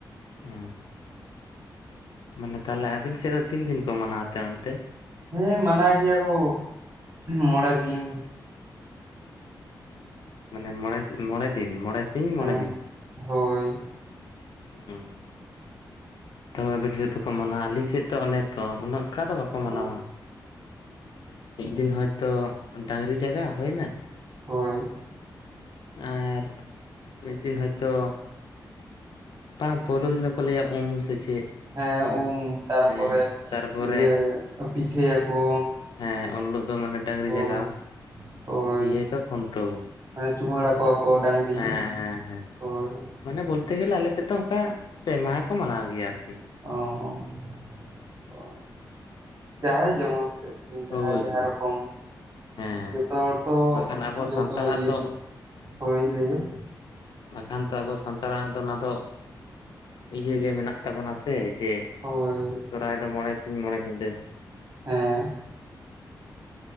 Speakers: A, on the left; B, on the right.
A: ᱚ, ᱢᱟᱱᱮ ᱛᱟᱦᱚᱞᱮ ᱟᱹᱵᱤᱱ ᱥᱮᱫ ᱫᱚ ᱛᱤᱱ ᱫᱤᱱ ᱠᱚ ᱢᱟᱱᱟᱣ ᱛᱮ ᱚᱱᱛᱮ?
B: ᱦᱮᱸ ᱢᱟᱱᱟᱣ ᱜᱮᱭᱟ ᱠᱚ ᱢᱚᱬᱮ ᱫᱤᱱ᱾
A: ᱢᱟᱱᱮ ᱢᱚᱬᱮ ᱢᱚᱬᱮ ᱫᱤᱱ, ᱢᱚᱬᱮ ᱥᱤᱧ ᱢᱚᱬᱮ
B: ᱦᱮᱸ ᱦᱳᱭ᱾
A: ᱚ᱾ ᱛᱚ ᱟᱹᱵᱤᱱ ᱥᱮᱫ ᱫᱚᱠᱚ ᱢᱟᱱᱟᱣᱟ, ᱟᱹᱞᱤᱧ ᱥᱮᱫ ᱫᱚ ᱚᱱᱮ ᱛᱚ ᱚᱱᱮ ᱚᱝᱠᱟ ᱫᱚ ᱵᱟᱠᱚ
B: ᱚ
A: ᱢᱟᱱᱟᱣᱟ᱾ ᱢᱤᱫ ᱫᱤᱱ ᱦᱚᱭᱛᱚ ᱰᱟᱝᱨᱤ ᱡᱟᱜᱟᱣ ᱦᱩᱭᱱᱟ,
B: ᱦᱳᱭ᱾
A: ᱟᱨ ᱢᱤᱫ ᱫᱤᱱ ᱦᱚᱭᱛᱳ ᱵᱟᱝ ᱯᱳᱭᱞᱳ ᱫᱤᱱ ᱫᱚᱠᱚ ᱞᱟᱹᱭᱟ ᱩᱢ ᱥᱮ ᱪᱮᱫ,
B: ᱦᱮᱸ ᱩᱢ ᱛᱟᱨᱯᱚᱨᱮ
A: ᱦᱮᱸ ᱛᱟᱨᱯᱚᱨᱮ
B: ᱤᱭᱟᱹ ᱯᱤᱴᱷᱟᱹᱭᱟᱠᱚ᱾
A: ᱦᱮᱸ ᱩᱱ ᱦᱤᱞᱳᱚᱜ ᱫᱚ ᱢᱟᱱᱮ ᱰᱟᱝᱨᱤ
B: ᱦᱳᱭ
A: ᱡᱟᱜᱟᱣ
B: ᱦᱳᱭ
A: ᱫᱤᱭ ᱛᱚ ᱠᱷᱩᱱᱴᱟᱹᱣ
B: ᱢᱟᱱᱮ ᱪᱩᱢᱟᱹᱲᱟ ᱠᱚᱣᱟ ᱠᱚ ᱰᱟᱝᱨᱤ
A: ᱦᱮᱸ ᱦᱮᱸ ᱦᱮᱸ᱾
B: ᱦᱳᱭ
A: ᱢᱟᱱᱮ ᱵᱚᱞᱛᱮ ᱜᱮᱞᱮ ᱟᱞᱮ ᱥᱮᱫ ᱫᱚ ᱚᱝᱠᱟ ᱯᱮ ᱢᱟᱦᱟ ᱠᱚ ᱢᱟᱱᱟᱣ ᱜᱮᱭᱟ ᱟᱨᱠᱤ᱾
B: ᱚ ᱡᱟᱦᱟᱸᱭ ᱡᱮᱢᱚᱱ ᱥᱮᱫ᱾ ᱡᱟᱦᱟᱸᱭ
A: ᱦᱳᱭ
B: ᱡᱟᱦᱟᱸ
A: ᱦᱳᱭ
B: ᱨᱚᱠᱚᱢ
A: ᱦᱮᱸ
B: ᱡᱚᱛᱚ ᱦᱚᱲ ᱛᱚ
A: ᱵᱟᱠᱷᱟᱱ ᱟᱵᱚ
B: ᱡᱚᱛᱚ
A: ᱥᱟᱱᱛᱟᱲᱟᱜ
B: ᱤᱭᱟᱹ
A: ᱫᱚ
B: ᱠᱚ ᱦᱳᱭ ᱞᱟᱹᱭᱵᱮᱱ᱾
A: ᱵᱟᱠᱷᱟᱱ ᱛᱚ ᱟᱵᱚ ᱥᱟᱱᱛᱟᱲᱟᱜ ᱫᱚ ᱚᱱᱟ ᱫᱚ ᱤᱭᱟᱹᱜᱮ ᱢᱮᱱᱟᱜ ᱛᱟᱵᱚᱱᱟ ᱥᱮ᱾ ᱡᱮ
B: ᱦᱳᱭ
A: ᱥᱚᱦᱨᱟᱭ ᱫᱚ ᱢᱚᱬᱮ ᱥᱤᱧ ᱢᱚᱬᱮ ᱧᱤᱫᱟᱹ
B: ᱦᱮᱸ᱾